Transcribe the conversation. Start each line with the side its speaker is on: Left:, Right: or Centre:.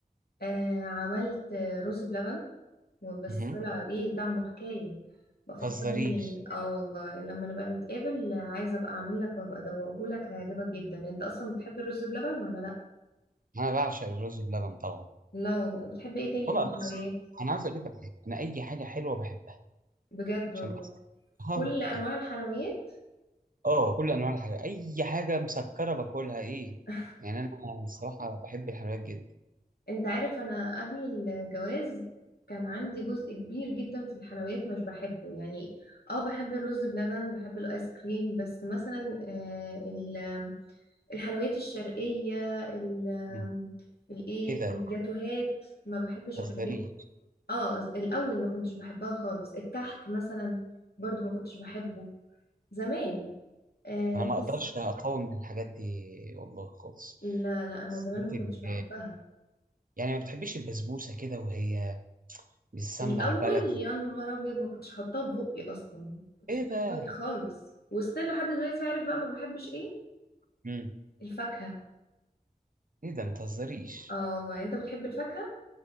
Left: آه، عملت آه، رز بلبن وبس
Right: مهم.
Left: طلع ايه طعمه حكاية بفكرني
Right: متهزريش
Left: اه والله لما نبقى نتقابل آه، عايزة ابقى اعمل لك وابقى ادوقه لك هيعجبك جدا انت اصلا بتحب الرز بلبن ولا لا
Right: انا بعشق الرز بلبن طبعا
Left: لا والله بتحب ايه تاني
Right: والله
Left: في الحلويات
Right: بص انا عايز اقول لك على حاجه انا اي حاجه حلوه بحبها
Left: بجد والله
Right: عشان بس <laughs> اه
Left: كل
Right: بقى.
Left: انواع الحلويات
Right: آه، كل انواع الحاجات اي حاجه مسكره باكلها ايه
Left: <laughs>
Right: يعني انا الصراحه بحب الحلويات جدا
Left: انت عارف انا قبل الجواز كان عندي جزء كبير جدا في الحلويات مش بحبه يعني اه بحب الرز بلبن بحب الايس كريم بس مثلا آه، ال- الحلويات الشرقية ال-
Right: مم.
Left: الايه
Right: ايه ده
Left: الجاتوهات ما بحبش
Right: متهزريش
Left: الحاجات اه الاول ما كنتش بحبها خالص الكحك مثلا برضو ما كنتش بحبه زمان آه
Right: انا
Left: بس
Right: ما اقدرش اقاوم من الحاجات دي والله خالص
Left: لا لا انا زمان
Right: بس
Left: ما كنتش
Right: ال-
Left: بحبها
Right: يعني ما بتحبيش البسبوسه كده وهي بالسمنه
Left: الاول
Right: البلدي
Left: يا نهار ابيض ما كنتش حاطاه في بقي اصلا ما كنتش
Right: ايه
Left: بحبها
Right: ده
Left: خالص وستيل لحد دلوقتي عارف بقى ما بحبش ايه
Right: مم.
Left: الفاكهه
Right: ايه ده متهزريش
Left: اه والله انت بتحب الفاكهه